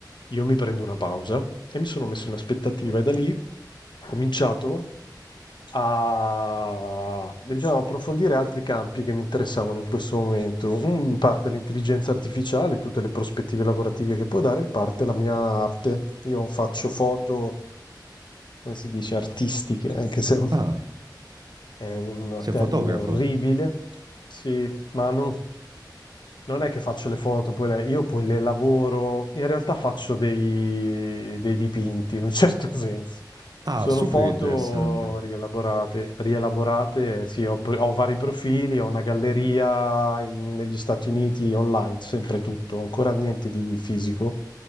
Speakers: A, on the left (about 85°); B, on the right (about 60°).
A: io mi prendo una pausa e mi sono messo in aspettativa e da lì ho cominciato a diciamo, approfondire altri campi che mi interessavano in questo momento, Un- in parte l'intelligenza artificiale, tutte le prospettive lavorative che può dare, in parte la mia arte. Io faccio foto, come si dice, artistiche, anche se
B: Ah,
A: è un
B: sei
A: termine
B: un fotografo?
A: orribile, sì, ma non, non è che faccio le foto, poi le- io poi le lavoro, in realtà faccio dei, dei dipinti in un certo <laughs> senso.
B: Ah,
A: Sono
B: super
A: foto
B: interessante.
A: rielaborate, rielaborate, sì, ho, pr- ho vari profili, ho una galleria in- negli Stati Uniti online, sempre tutto, ancora niente di fisico,